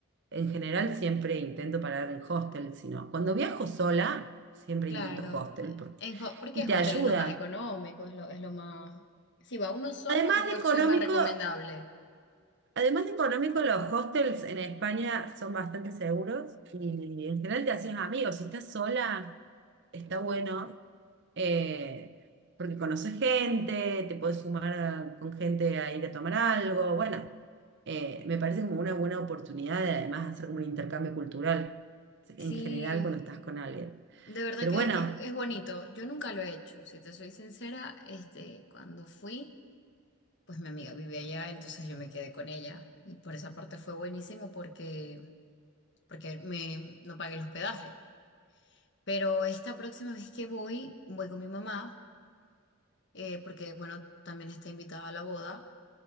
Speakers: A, on the right; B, on the left.
A: en general siempre intento parar en hostel, sino cuando viajo sola, siempre
B: claro.
A: intento hostel. porque-
B: En, ho- porque
A: y
B: en
A: te
B: hostel
A: ayuda.
B: es lo más económico, es lo, es lo más... Si va uno solo,
A: Además
B: es la
A: de
B: opción
A: económico,
B: más recomendable.
A: Además de económico, los hostels en España son bastante seguros y en general te haces amigos. Si estás sola, está bueno eh, porque conoces gente, te puedes sumar a- con gente a ir a tomar algo. Bueno, eh, me parece como una buena oportunidad de además hacer como un intercambio cultural en
B: Sí,
A: general cuando estás con alguien.
B: de verdad
A: Pero
B: que,
A: bueno,
B: que es es bonito. Yo nunca lo he hecho, si te soy sincera, este, cuando fui, pues mi amiga vivía allá, entonces yo me quedé con ella. Y por esa parte fue buenísimo porque, porque me, no pagué el hospedaje. Pero esta próxima vez que voy, voy con mi mamá, eh, porque bueno, también está invitada a la boda.